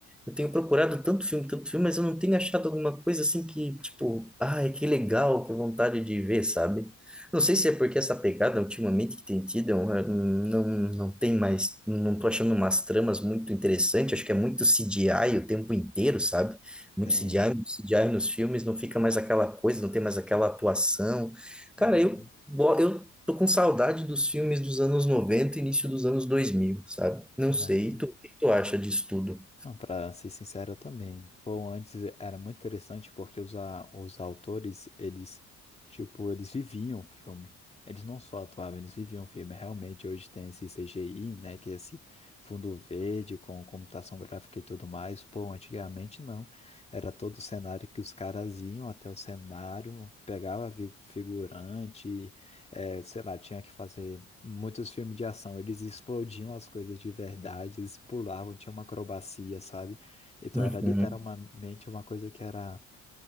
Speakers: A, in the centre; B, on the left (about 20°).
A: eu tenho procurado tanto filme, tanto filme, mas eu não tenho achado alguma coisa assim que, tipo, ai, que legal, que vontade de ver, sabe? Não sei se é porque essa pegada ultimamente que tem tido, eu, eh, não, não tem mais, não tô achando umas tramas muito interessantes, acho que é muito CGI o tempo inteiro, sabe? Muito
B: Sim,
A: CGI, muito CGI nos filmes, não fica mais aquela coisa, não tem mais aquela atuação.
B: né?
A: Cara, eu Bo- Eu Tô com saudade dos filmes dos anos noventa, e início dos anos 2000, sabe? Não
B: né.
A: sei, e tu, o que tu acha disso tudo?
B: Não, para ser sincero, eu também. Bom, antes era muito interessante porque os, a- os autores, eles, tipo, eles viviam o filme. Eles não só atuavam, eles viviam o filme. Realmente, hoje tem esse CGI, né, que é esse fundo verde com computação gráfica e tudo mais. Pô, antigamente não. Era todo o cenário que os caras iam até o cenário, pegava vi- figurante, É, sei lá, tinha que fazer muitos filmes de ação. Eles explodiam as coisas de verdade, eles pulavam, tinha uma acrobacia, sabe? Então
A: Uhum,
B: era literalmente uma coisa que era